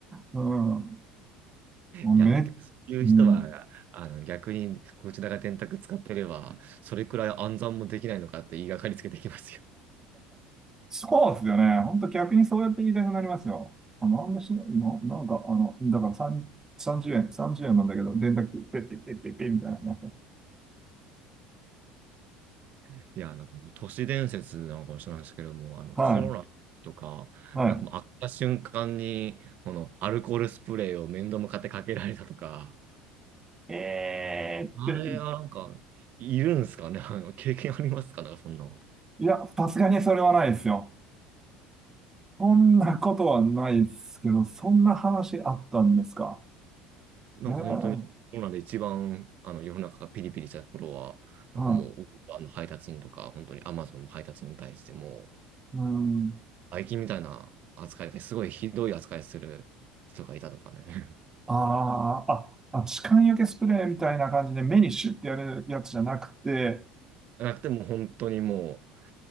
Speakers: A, on the right; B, on the right.
A: うん、もうめ、
B: いや、だけど、そういう人は、
A: うん、
B: あの、逆に、こちらが電卓使ってれば、それくらい暗算もできないのかって言いがかりつけてきますよ。
A: そうですよね。本当逆にそうやって言いたくなりますよ。あ、なんでしないのなんか、あの、だから3、30円、30円なんだけど、電卓っペッペッペッペッペッみたいな。
B: <laughs> いや、なんかもう都市伝説なのかもしれないですけども、あの、
A: はい、
B: コロナとか、
A: はい。
B: なんかもう、開けた瞬間に、この、アルコールスプレーを面倒向かってかけられたとか、
A: えーって、
B: あれはなんか、いるんですかね <laughs> あの経験ありますかなんか、そんなこと。
A: いや、さすがにそれはないですよ。そんなことはないですけど、そんな話あったんですか。
B: なんか本当にコロナで一番あの世の中がピリピリした頃は、
A: ええは
B: なんかもうあの配達員とか、
A: い。
B: 本当にアマゾンの配達員に対しても、
A: うん。
B: バイキンみたいな扱い、すごいひどい扱いする人がいたとかね。<laughs>
A: あーあ、あ、痴漢除けスプレーみたいな感じで目にシュッてやるやつじゃなくて、
B: なくても本当にもう